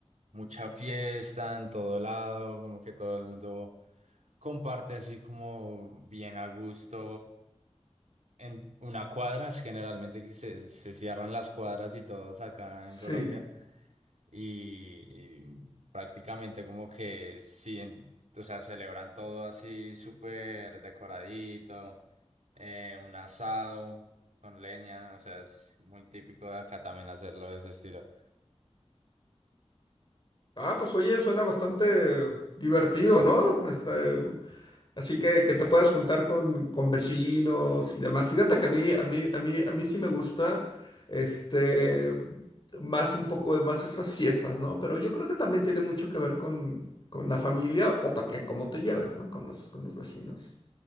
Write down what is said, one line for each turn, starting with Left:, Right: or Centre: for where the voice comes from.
Right: mucha fiesta en todo lado, como que todo el mundo comparte así como bien a gusto en una cuadra, es generalmente que se, se cierran las cuadras y todos acá
Left: Sí.
Right: en Colombia y, y prácticamente como que sí, en- o sea, celebran todo así súper decoradito, eh, un asado con leña, o sea, es muy típico de acá también hacerlo de ese estilo.
Left: Ah, pues oye, suena bastante divertido, ¿no? Este, así que que te puedas juntar con, con vecinos y demás. Fíjate que a mí, a mí, a mí, a mí sí me gusta, este, más un poco más esas fiestas, ¿no? Pero yo creo que también tiene mucho que ver con, con la familia o también cómo te lleves, ¿no? Con los, con los vecinos.